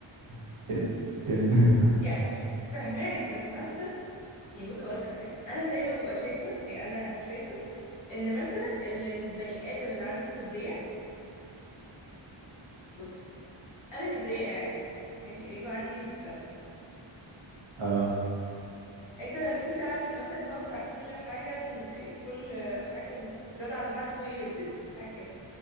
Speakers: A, on the right; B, on the left.
A: <laughs> إن- إن-
B: يعني فهماك بس حاسة يعني بص هقولك على حاجة انا دايما ببقى شايفة يعني انا شايفة ان مثلا ال- البني ادم اللي عنده كبرياء بص انا كبرياء عادي ماشي الايجو عندي في السماء
A: اه
B: انت اكيد عارف المثل اللي هو بتاع كل حاجة كل حاجة زاد عن حده يقلب ضده حاجة كده